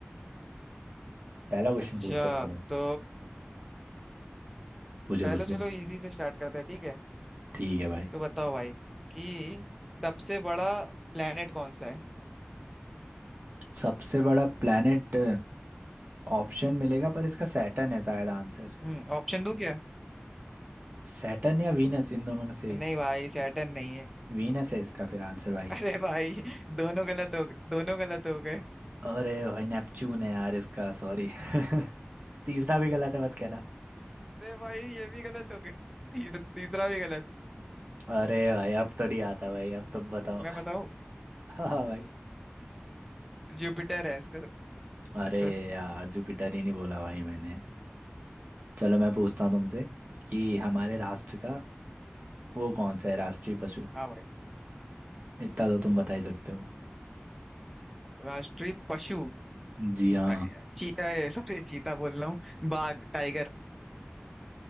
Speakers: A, on the right; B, in the centre.
A: पहला क्वेश्चन
B: अच्छा
A: पूछ लो चलो
B: तो
A: पूछो
B: पहले
A: पूछो
B: चलो इजी से स्टार्ट करते हैं ठीक है
A: ठीक है भाई
B: तो बताओ भाई कि सबसे बड़ा प्लेनेट कौन सा है
A: सबसे बड़ा प्लेनेट ऑप्शन मिलेगा पर इसका सैटर्न है शायद आंसर
B: हम्म ऑप्शन दूं क्या
A: सैटर्न या वीनस इन दोनों में से
B: नहीं
A: एक
B: भाई सैटर्न नहीं है
A: वीनस है इसका फिर आंसर भाई
B: <laughs> अरे भाई दोनों गलत हो गए दोनों गलत हो गए
A: अरे भाई नेपच्यून है यार इसका सॉरी <laughs> तीसरा भी गलत है मत कहना
B: अरे भाई ये भी गलत हो गए ती, तीसरा भी गलत
A: अरे भाई अब तो नहीं आता भाई अब तुम बताओ
B: मैं बताऊं
A: हाँ हाँ भाई
B: जुपिटर है इसका
A: अरे
B: आंसर
A: यार जुपिटर ही नहीं बोला भाई मैंने चलो मैं पूछता हूँ तुमसे कि हमारे राष्ट्र का वो कौन सा है राष्ट्रीय पशु
B: हाँ भाई
A: इतना तो तुम बता ही सकते हो
B: राष्ट्रीय पशु
A: जी हाँ
B: अ- ची, अ, सॉरी चीता बोल रहा हूँ बाघ टाइगर